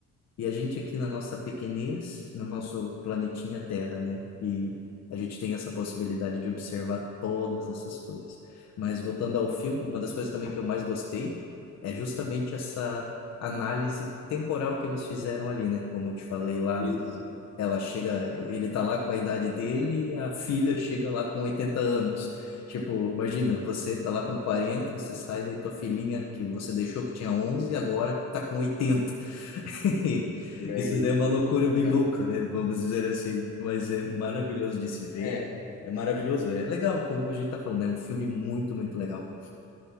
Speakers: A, on the left; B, on the left.
A: e a gente aqui na nossa pequenez, no nosso planetinha Terra, né? E a gente tem essa possibilidade de observar todas essas coisas. Mas voltando ao filme, uma das coisas também que eu mais gostei é justamente essa análise temporal que eles fizeram ali, né? Como eu te falei lá,
B: Isso.
A: né? Que ela chega, ele tá lá com a idade dele e a filha chega lá com 80 anos. Tipo, imagina, você tá lá com quarenta você sai daí tua filhinha que você deixou que tinha 11, agora tá com oitenta <laughs>
B: Também.
A: Isso daí é uma loucura bem louca,
B: É.
A: né? Vamos dizer assim. Mas é maravilhoso de se ver.
B: É.
A: É maravilhoso, é legal, como a gente tá falando, é um filme muito, muito legal.